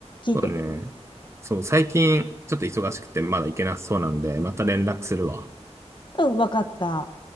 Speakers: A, on the left (about 40°); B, on the right (about 25°).
A: 聞いて。
B: そうね。そう、最近、ちょっと忙しくて、まだ行けなそうなんで、また連絡するわ。
A: うん、わかった。